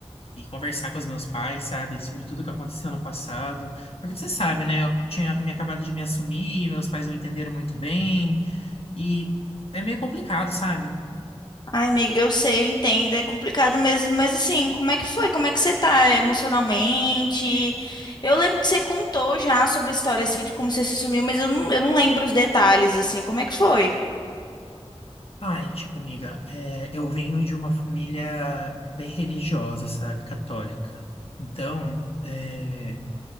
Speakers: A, on the left (about 65°); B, on the left (about 40°).
A: e conversar com os meus pais, sabe? Sobre tudo que aconteceu no passado. Porque você sabe, né? Eu tinha me acabado de me assumir, meus pais não entenderam muito bem, e é meio complicado, sabe?
B: Ai, amiga, eu sei, eu entendo, é complicado mesmo, mas assim, como é que foi? Como é que você tá emocionalmente? Eu lembro que você contou já sobre a história, assim, de como você se sumiu, mas eu não, eu não lembro os detalhes, assim, como é que foi?
A: Ai, tipo, amiga, é, eu venho de uma família bem religiosa, sabe, católica. Então, é,